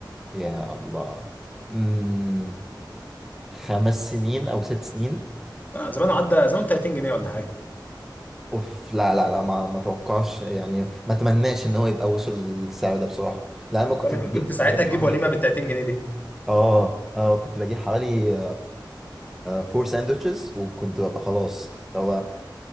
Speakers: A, in the centre; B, on the left.
A: يا الله مم... خمس سنين أو ست سنين
B: آه زمان عدى زمان 30 جنيه ولا حاجه
A: اوف لا لا لا ما ما اتوقعش يعني ما اتمناش ان هو يبقى وصل للسعر ده بصراحه لا انا ما كنت
B: طب انت
A: بجيب
B: كنت
A: كنت
B: ساعتها
A: بجيب
B: تجيب
A: حوالي
B: وليمه بال 30 جنيه دي
A: اه اه كنت بجيب حوالي فور ساندوتشز وكنت ببقى خلاص اللي هو